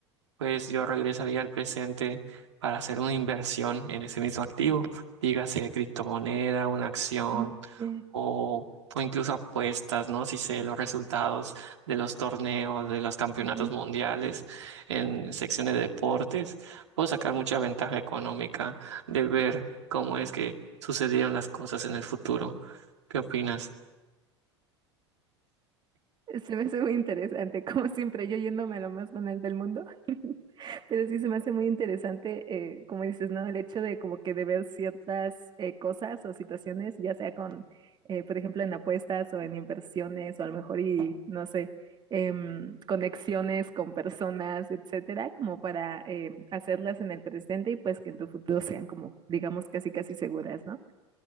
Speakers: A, on the right; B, on the right.
A: pues yo regresaría al presente para hacer una inversión en ese mismo activo, dígase criptomoneda, una acción
B: ujú, que-
A: o, o incluso apuestas, ¿no? Si sé los resultados de los torneos, de los campeonatos
B: ujú.
A: mundiales en secciones de deportes, puedo sacar mucha ventaja económica de ver cómo es que sucedieron las cosas en el futuro. ¿Qué opinas?
B: Se me hace muy interesante, <laughs> como siempre, yo yéndome a lo más banal del mundo, <laughs> pero sí se me hace muy interesante, eh, como dices, ¿no? El hecho de como que de ver ciertas eh, cosas o situaciones, ya sea con, eh, por ejemplo, en apuestas o en inversiones o a lo mejor y, no sé, em, conexiones con personas, etcétera, como para em, hacerlas en el presente y pues que en tu futuro sean como, digamos, casi casi seguras, ¿no?